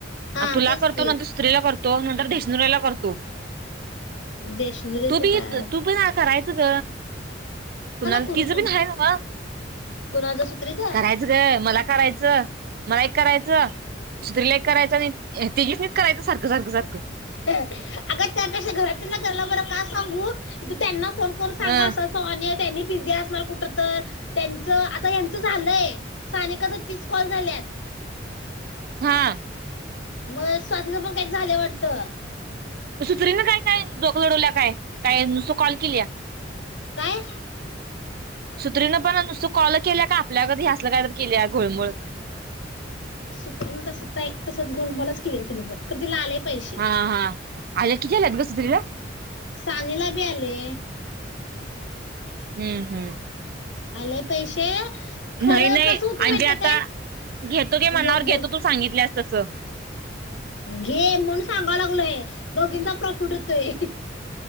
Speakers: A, on the left; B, on the right.
A: हा
B: तुला
A: तेच की
B: करतो ना तु त्रीना करतो नंतर धीसनुरेला करतो
A: देशनुरेचं
B: तू बी
A: काय
B: एत तू पण ह करायच ग कुणाला
A: करू
B: तिचं
A: सांग
B: बी आहे ना व
A: कुणाचा सुत्रीचा
B: करायचं हे मला करायचं मला एक करायचं स्त्रीलेक करायच नाही तीघीसनी करायचं सारखं सारखं सारखं
A: अग त्यापेक्षा घरात घराला बर का सांगू तू त्यांना फोन कर करून सांगा
B: अ
A: असं सन त्यांनी पीझी असणार कुठ तर त्यांच आता हचं झालंय स्थनिककाचा तीस कॉल झाले
B: हा
A: मग स्वतःच पण काही झालं वाटतं
B: तरी ना काय काय जो लढवल्या काय काय नुसतं कॉल केली
A: काय
B: सुत्रीनं पण नुसतं कॉल केल्या का आपल्या कधी असलं काय तर केल्याय घोळमळ
A: सुत्रीन तस तसच घोोलमलच केलीय तिनं पण तर तिला आले पैसे
B: हा हा आज कितीलात गसुतला
A: सानेला बी आले
B: हम्म हम्म
A: आलेय पैसे खरं
B: नाही नाही
A: कस होते
B: म्हणजे
A: माहिजे
B: आता
A: काय
B: घेतो की मनावर
A: बोल बोल
B: घेतो तू सांगितल्यास तसं
A: घे म्हणून सांगाव लागलय दोघींचा प्रॉफिट होतोय